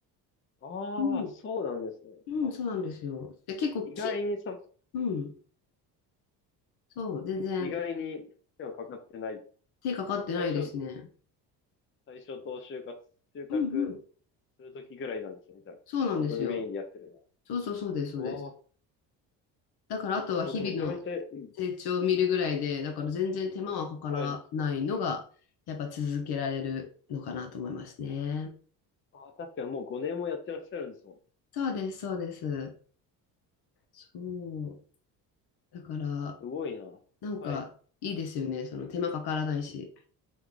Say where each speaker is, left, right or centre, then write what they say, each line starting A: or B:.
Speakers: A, on the left (about 25°); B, on the left (about 50°).
A: ああ、
B: うん、
A: そうなんですね。
B: うん、
A: あ、
B: そうなんですよ。で、結構木、
A: い意外にそ、
B: うん、そう、全然
A: 意外に手はかかってない。
B: 手かかってないですね。
A: 最初、最初と収穫、収穫
B: うん、うん、
A: するときぐらいなんですよね、みたいな。
B: そうなんですよ。
A: 本当にメインでやってるのは。
B: そうそう、そうです、そうです。
A: おー
B: だからあとは日々の成長を見るぐらいで、
A: あ、それめちゃめちゃいいです。
B: だから全然手間はかからないのが、
A: はい。
B: やっぱ続けられるのかなと思いますね。
A: あ、確かにもう5年もやってらっしゃるんですもんね。
B: そうです、そうです。そう。だから、
A: すごいな。
B: なんかいいですよね。
A: はい、
B: その手間かからないし。